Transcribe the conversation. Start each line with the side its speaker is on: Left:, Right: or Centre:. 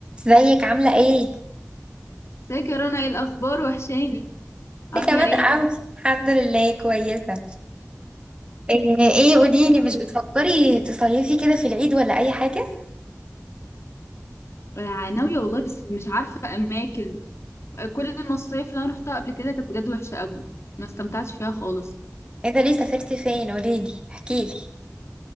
Right: ازيك عاملة ايه؟
Left: ازيك يا رنا ايه الاخبار وحشاني عامله
Right: انت كمان
Left: ايه
Right: اوي الحمد لله كويسة ايه ايه قوليلي
Left: تمام
Right: مش بتفكري تصيفي كده في العيد ولا اي حاجة؟
Left: آه، ناويه والله بس مش عارفه اماكن آه، كل المصايف اللي انا روحتها قبل كده كانت بجد وحشه قوي ما استمتعتش فيها خالص
Right: ايه ده ليه سافرتي فين؟ قوليلي احكيلي